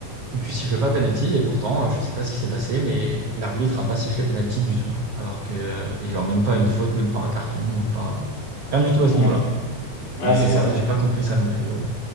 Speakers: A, on the right (about 70°); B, on the left (about 80°).
A: où tu siffles pas penalty et pourtant euh, je sais pas ce qui s'est passé mais l'arbitre a pas sifflé penalty du tout alors que euh, et genre même pas une faute même pas un carton même pas rien du tout à
B: Ouais,
A: ce niveau-là
B: ouais
A: donc j'ai
B: c'est ça.
A: ouais, j'ai pas compris ça non plus euh.